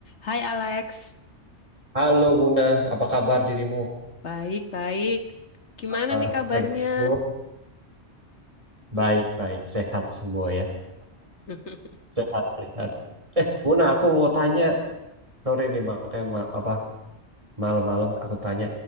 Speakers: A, on the left; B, on the right.
A: Hai Alex,
B: Halo Muna, apa kabar dirimu?
A: baik-baik. Gimana
B: Kabar
A: nih kabarnya?
B: lagi sembuh? Baik, baik, sehat semua ya.
A: <laughs>
B: Sehat, sehat. Eh, Muna, aku mau tanya. Sorry nih, makanya ma- apa malam-malam aku tanya.